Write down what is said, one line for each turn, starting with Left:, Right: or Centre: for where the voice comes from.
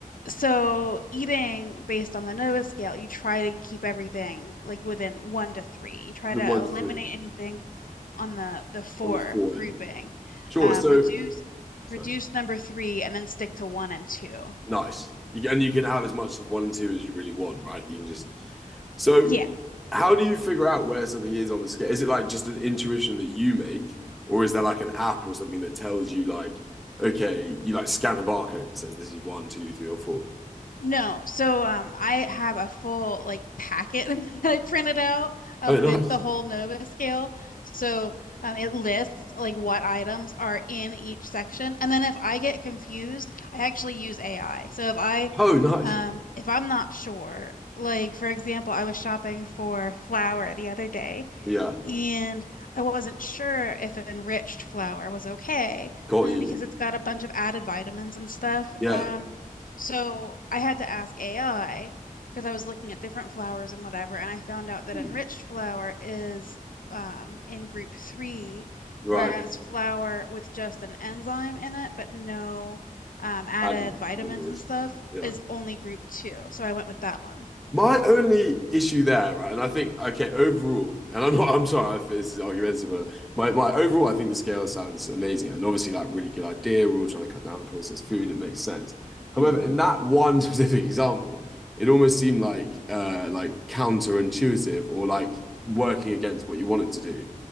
Left: so eating based on the Nova scale, you try to keep everything like within one to three. You try
Centre: The
Left: to
Centre: one
Left: eliminate
Centre: to three
Left: anything on the the four
Centre: on the four
Left: grouping,
Centre: end. Sure.
Left: um,
Centre: So,
Left: reduce
Centre: so
Left: reduce number three, and then stick to one and two.
Centre: nice. You, can- and you can have as much of one and two as you really want, right? You can just. So,
Left: Yeah.
Centre: how do you figure out where something is on the scale? Is it like just an intuition that you make, or is there like an app or something that tells you, like, okay, you like scan a barcode that says this is one, two, three, or four?
Left: No, so um, I have a full like packet <laughs> that I printed out um,
Centre: Oh, nice.
Left: with the whole Nova scale. So um, it lists like what items are in each section, and then if I get confused, I actually use AI. So if I
Centre: Oh, nice.
Left: um, if I'm not sure, like for example, I was shopping for flour the other day,
Centre: Yeah.
Left: and I wasn't sure if enriched flour was okay
Centre: Got
Left: uh,
Centre: you.
Left: because it's got a bunch of added vitamins and stuff.
Centre: Yeah.
Left: Um, so I had to ask AI because I was looking at different flours and whatever, and I found out that
Centre: Hmm.
Left: enriched flour is um, in group three,
Centre: Right.
Left: whereas flour with just an enzyme in it but no um, added
Centre: added
Left: vitamins
Centre: minerals.
Left: and stuff
Centre: Yeah.
Left: is only group two. So I went with that one.
Centre: My only issue there, right, and I think okay, overall, and I'm not, I'm sorry if this is argumentative, but my my overall, I think the scale sounds amazing, and obviously, like really good idea. We're all trying to cut down on processed food; it makes sense. However,
Left: hmm
Centre: in that one <laughs> specific example, it almost seemed like uh like counterintuitive or like working against what you wanted to do,